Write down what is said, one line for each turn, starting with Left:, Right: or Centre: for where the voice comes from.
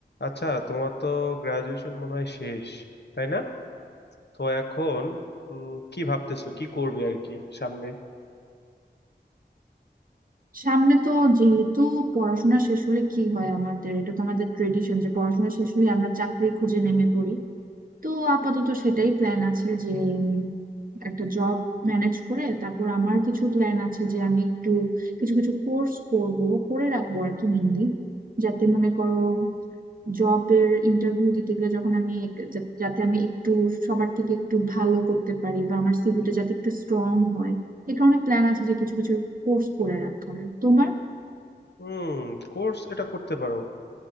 Left: আচ্ছা তোমার তো গ্রাজুয়েশন মনে হয় শেষ তাই না তো এখন উম, কি ভাবতেছো কি করবে আর কি সামনে
Right: সামনে তো যেহেতু পড়াশোনা শেষ হলে কি হয় আমাদের এটা তো আমাদের ট্রেডিশন যে পড়াশোনা শেষ হলে আমরা চাকরির খোঁজে নেমে পড়ি তো আপাতত সেটাই প্ল্যান আছে যে উম, একটা জব ম্যানেজ করে তারপর আমার কিছু প্ল্যান আছে যে আমি একটু কিছু কিছু কোর্স করব করে রাখবো আর কি মেনলি যাতে মনে করো জবের ইন্টারভিউ দিতে গেলে যখন আমি এক- যা- যাতে আমি একটু সবার থেকে একটু ভালো করতে পারি বা আমার সিভিটা যাতে একটু স্ট্রং হয় এ কারণে প্ল্যান আছে যে কিছু কিছু কোর্স করে রাখার তোমার
Left: হুম কোর্স এটা করতে পারো